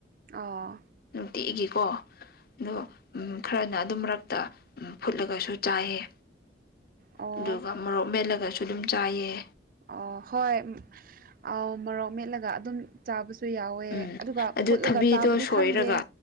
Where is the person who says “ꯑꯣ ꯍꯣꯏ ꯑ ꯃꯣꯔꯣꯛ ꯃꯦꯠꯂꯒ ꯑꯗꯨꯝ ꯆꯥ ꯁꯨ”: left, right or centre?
Right